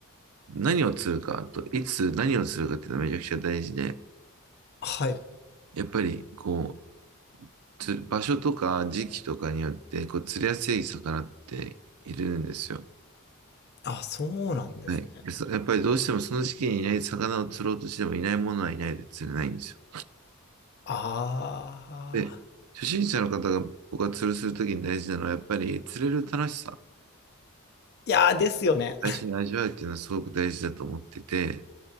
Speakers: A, on the right; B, on the left.
A: 何を釣るかと、いつ何を釣るかっていうのはめちゃくちゃ大事で、
B: <laughs> はい。
A: やっぱり、こう、釣場所とか時期とかによって、こう、釣りやすい魚っているんですよ。
B: あ、そうなんですね。
A: はい。そやっぱりどうしてもその時期にいない魚を釣ろうとしてもいないものはいないで釣れないんです
B: ああ。
A: よ。で、初心者の方が僕が釣るするときに大事なのはやっぱり釣れる楽しさ、
B: いやーですよね。
A: 最初に味わうっていうのはすごく大事だと思ってて、